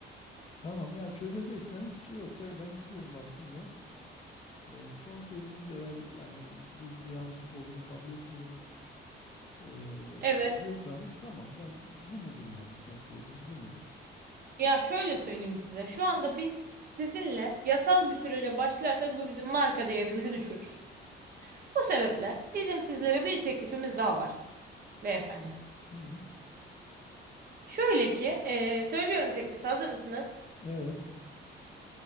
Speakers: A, on the left; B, on the right.
A: Tamam ya çözecekseniz şu- yoksa ben gidiyorum vaktim yok. E, son sözünüz eğer yani biz bir yanlışlık olduğunu kabul etmiyoruz e,
B: Evet.
A: diyorsanız tamam ben bu mudur yani son sözünüz bu mudur?
B: Ya şöyle söyleyeyim size. Şu anda biz sizinle yasal bir sürece başlarsak bu bizim marka değerimizi düşürür. Bu sebeple bizim sizlere bir teklifimiz daha var beyefendi.
A: Hı.
B: Şöyle ki, eee, söylüyorum teklifi hazır mısınız?
A: Evet,